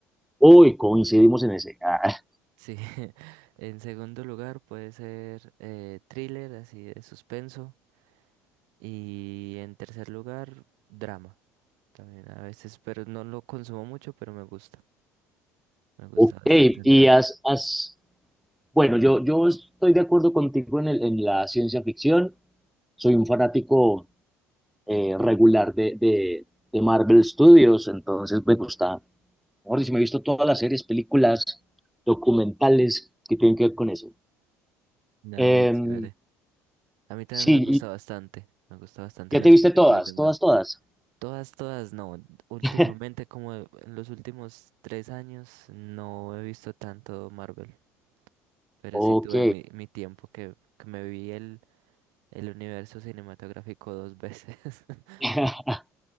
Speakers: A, in the centre; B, on the right (about 85°).
A: Hoy coincidimos
B: Pues,
A: en ese. Ah,
B: Sí, <laughs> en segundo lugar puede ser eh, thriller, así de suspenso. Y en tercer lugar, drama también a veces, pero no lo consumo mucho, pero me gusta. Me gusta
A: ok,
B: bastante el
A: y
B: drama.
A: has, has Bueno, yo, yo estoy de acuerdo contigo en, el- en la ciencia ficción. Soy un fanático eh, regular de, de, de Marvel Studios, entonces me gusta. Mejor dicho, me he visto todas las series, películas, documentales que tienen que ver con eso.
B: Nada,
A: Em,
B: muy chévere. A mí también
A: sí,
B: me gusta
A: y
B: bastante. Me gusta bastante
A: ya
B: las
A: te viste
B: películas
A: todas,
B: de Marvel.
A: todas, todas.
B: Todas, todas no. Últimamente,
A: <laughs>
B: como en los últimos tres años, no he visto tanto Marvel. Pero
A: Ok.
B: sí tuve mi, mi tiempo que, que me vi el el universo cinematográfico dos veces. <laughs>
A: <laughs>